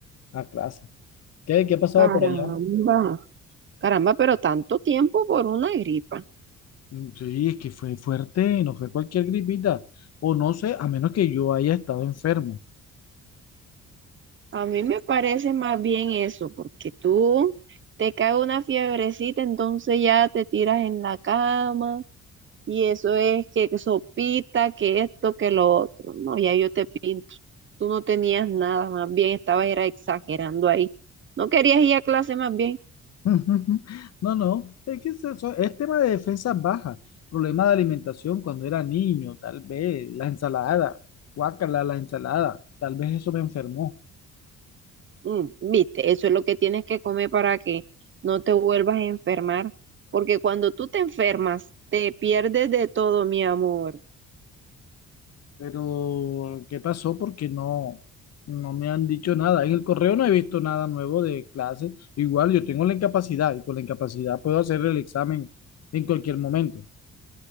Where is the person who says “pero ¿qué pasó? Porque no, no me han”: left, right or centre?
Left